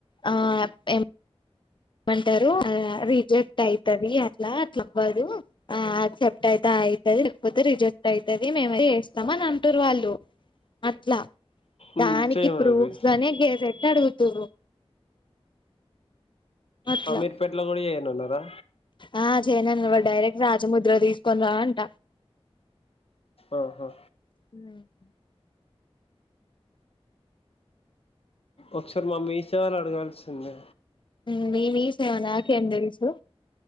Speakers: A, on the left (about 50°); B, on the left (about 65°).
A: ఆ ఏ మంటారు ఆ రిజెక్ట్ అయితది అట్లా అట్లా అవ్వదు ఆ చె తే అయితది లేకపోతే రిజెక్ట్ అయితది మేమే చేస్తాం అని అంటుర్రు వాళ్ళు అట్లా
B: ఉమ్
A: దానికి
B: చేయమనండి
A: ప్రూఫ్ గేసెట్ అడుగుతుర్రు అట్లా
B: అమీర్పేట్‌లో కూడా చెయ్యనన్నారా
A: ఆ చేయనన్నాడు వాడు డైరెక్ట్ రాజముద్ర తీసుకొని రా అంట
B: ఆహా
A: ఉమ్మ్
B: ఒకసారి మా మీ సేవలో అడగాల్సింది
A: ఉమ్మ్ మీ మీ సేవ నాకేం తెలుసు